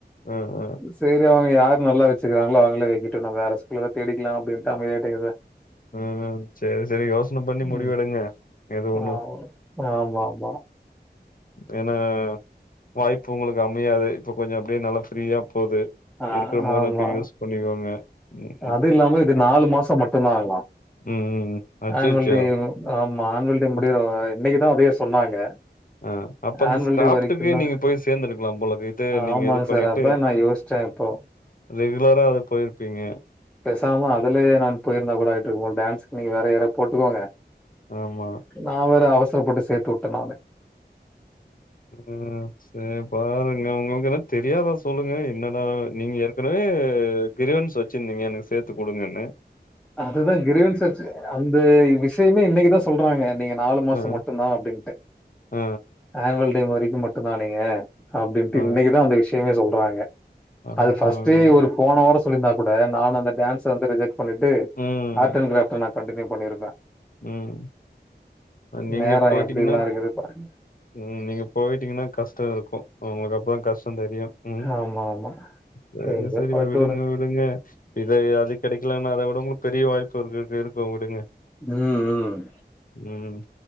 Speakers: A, on the left; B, in the centre.
A: ம் ம்
B: செரி அவங்க யார் நல்லா வச்சுருக்காங்களா அவங்களே வக்கட்டு நம்ம வேற ஸ்கூல தேடிக்கலா அப்படின்ட்டு அமைதியாய்ட்டுங்கத
A: ம் செரி செரி யோசனை பண்ணி முடிவு
B: ம்
A: எடுங்க எது ஒன்னு
B: ஆமா ஆமா ஆமா
A: தனா வாய்ப்பு உங்களுக்கு அமையாது இப்ப கொஞ்சோ அப்படியே நல்லா ஃப்ரீயா போது
B: ஆ
A: இருக்கு போது
B: ஆமா.
A: அப்படியே யோசி பண்ணிக்கோங்க ம்.
B: அது இல்லாம இது நாலு மாசம் மட்டும்தா ஆகலா
A: ம் ம் அச்சச்சோ!
B: ஆனுவல் டே ஆமா ஆன்வல் டே முடியிற
A: அப்
B: இன்னைக்குதா அதையே சொன்னாங்க
A: அ அப்ப அந்த
B: ஆனுவல்
A: ஸ்கிராப்டுக்கு
B: டே வரைக்குதா
A: நீங்க போய் சேர்ந்திருக்கலாம் போலக்கு. இது நீங்க
B: ஆமா
A: இது பண்ணிட்டு
B: சார் அதான் நா யோஸ்ச் சாந்தோ
A: ரெகுலரா அது போயிருப்பீங்க
B: பேசாம அதுலயே நான் போயிருந்தா கூட ஆகிட்டு இருக்க மாட்ட டான்ஸ்க்கு நீங்க வேற யாராது போட்டுக்கோங்க
A: ஆமா
B: நான் வேற அவசரப்பட்டு சேர்த்துவுட்ட நானே
A: ம் சேரி பாருங்க உங்களுக்கு என்ன தெரியாதா சொல்லுங்க என்னடா நீங்க ஏற்கனவே கிரிவன்ஸ் வெச்சுருந்தீங்க எனக்கு சேத்து குடுங்கனு
B: அதுதா கிரிவின்ஸ் வெச்சு அந்த விஷயமே இன்னிக்குதா சொல்றாங்க நீங்க நாலு மாசோ
A: அ
B: மட்டுதா அப்டின்டு
A: அ
B: ஆனுவல் டே வரிக்கு மட்டுதா நீங்க அப்டின்டு
A: அ அ
B: இன்னிக்குதா அந்த விஷ் சொல்றாங்க
A: அடப்பாவிங்களா!
B: அது ஃபஸ்டே ஒரு போன வாரோ சொல்லிருந்தா கூட நான் அந்த டான்ஸ வந்து ரிஜெக்ட் பண்ணிட்டு
A: ம்
B: ஆர்ட் அண்ட் க்ராப்ட்ல நா கண்டின்யூ பண்ணிருப்பே
A: ம். நீங்க
B: நேரோ
A: போயிட்டீங்கன்னா
B: எப்டில்லா இருக்குது பாருங்க
A: ம் நீங்க போய்ட்டீங்கனா கஷ்டோ இருக்கு அவுங்ளுக்கு அப்பதா கஷ்டோ தெரியு ம்
B: ஆமா, ஆமா.
A: சேரி
B: எங்க
A: சேரி
B: பழட்ட
A: விடுங்க விடுங்க இத அது கெடைக்கலனா அத விட உங்ளுக் பெரிய வாய்ப்பு இருக்கு இருக்கு உடுங்க
B: ம் ம்
A: ம்